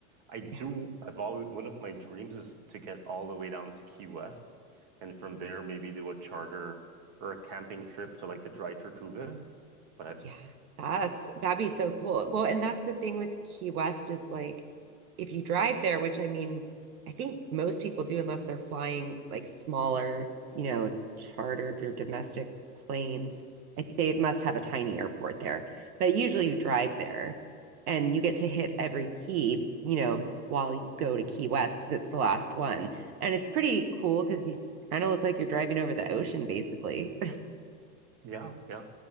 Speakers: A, on the right; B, on the right.
A: I do,
B: Yeah.
A: I've always, one of my dreams is to get all the way down to Key West and from there maybe do a charter or a camping trip to like the Dry Tortugas. But I,
B: Yeah, that's that'd be so cool. Well, and that's the thing with Key West is like if you drive there, which I mean, I think most people do unless they're flying like smaller, you know, chartered or domestic planes. I think they must have a tiny airport there. But usually you drive there and you get to hit every key, you know, while you go to Key West because it's the last one. And it's pretty cool because you kind of look like you're driving over the ocean basically
A: Yeah, yeah.